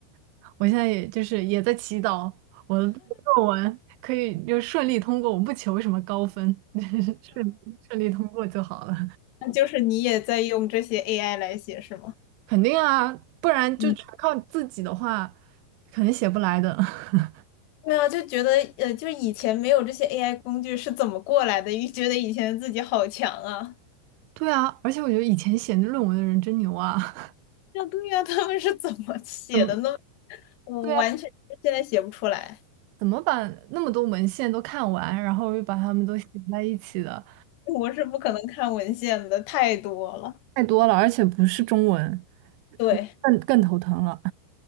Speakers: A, on the right (about 85°); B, on the left (about 75°).
A: <laughs> 我现在也就是也在祈祷我的论文可以就顺利通过，我不求什么高分，<laughs> 顺顺利通过就好了。
B: 那就是你也在用这些 AI 来写是吗？
A: 肯定啊，不然就全靠自己的话，
B: 嗯，
A: 肯定写不来的。<laughs>
B: 对啊，就觉得呃，就是以前没有这些 AI 工具是怎么过来的？又觉得以前自己好强啊！
A: 对啊，而且我觉得以前写论文的人真牛啊，
B: 啊，对呀，他们是怎么写的呢？
A: <laughs> 怎么
B: 我完全现在写不出来，
A: 对啊，怎么把那么多文献都看完，然后又把它们都写在一起的？
B: 我是不可能看文献的，太多了。
A: 太多了，而且不是中文，
B: 对，
A: 更更头疼了。